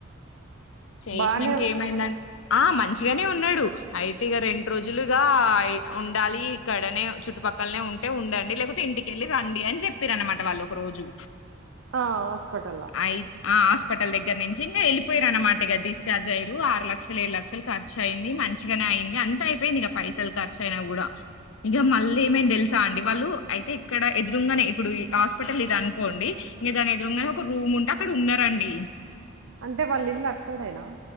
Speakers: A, on the left (about 70°); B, on the right (about 70°).
A: చేసినాక
B: బానే ఉందా
A: ఏమైందంటే
B: మరి?
A: ఆ మన్చ్ మంచిగానే ఉన్నాడు అయితే ఇగ రెండు రోజులు ఇగ ఉండాలి ఇక్కడనే చుట్టుపక్కలనే ఉంటే ఉండండి లేకపోతే ఇంటికెళ్ళి రండి అని చెప్పిర్రు అనమాట వాళ్ళు ఒక రోజు
B: ఆ హాస్పెటల్లా
A: అయి ఆ హాస్పిటల్ దగ్గర నుంచిన్దే వెళ్ళిపోయారు అన్నమాట ఇక డిచార్జ్ అయ్యారు. ఆరు లక్షలు ఏడు లక్షలు ఖర్చఅయింది మంచిగానే అయింది అంత అయింది ఇగా పైసల్ ఖర్చు అయినా కూడా ఇగ మళ్ళీ ఏమైది తెలుస తా అండి వాళ్ళు అయితే ఇక్కడ ఎదురుంగానే ఇప్పుడు హాస్పిటల్ ఇది అనుకోండి ఇగ దాని ఎదురుంగానే ఒక రూమ్ ఉంటే అక్కడ ఉన్నారండి
B: అంటే వాళ్ళ ఇల్లు అక్కడేనా